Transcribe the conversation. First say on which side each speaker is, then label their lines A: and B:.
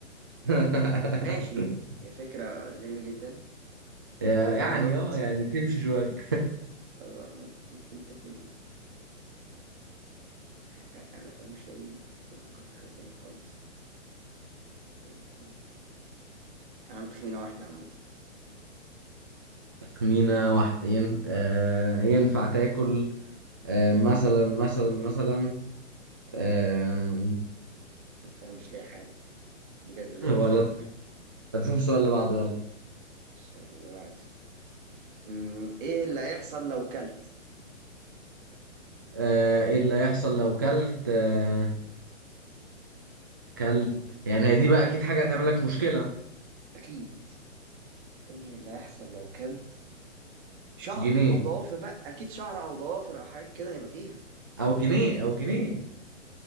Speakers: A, on the right (about 20°); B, on the right (about 40°).
A: <laughs>
B: ماشي هي فكرة غريبة جدا
A: يا-
B: آه
A: يعني
B: غلط
A: اه يعني تمشي شوية
B: آه، غلط ممكن تاكل ايه ف- انا فاهم مش لاقي مش بفكر في حاجة تانية خالص تاكل احنا عم تخمينة واحدة عامة
A: <laughs> تخمينة واحدة ين... آه ينفع تاكل آه مثلا مثلا مثلا آه
B: أنا فاهم مش لاقي حاجة بجد والله
A: ولا
B: مش حاجة في بالي.
A: طب شوف السؤال اللي بعده يلا
B: السؤال اللي بعده أمم، ايه اللي هيحصل لو كلت
A: آه ايه اللي هيحصل لو كلت آه كلت يعني هي دي بقى اكيد حاجة هتعمل لك مشكلة
B: اكيد ايه اللي هيحصل لو كلت شعر
A: جنيه
B: او ضوافر بقى اكيد شعر او ضوافر او حاجات كده هيبقى فيها
A: او جنيه او جنيه